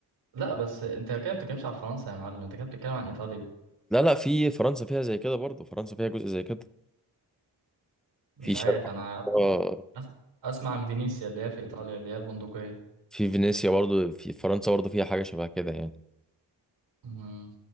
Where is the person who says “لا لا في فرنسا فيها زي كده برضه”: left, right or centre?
Centre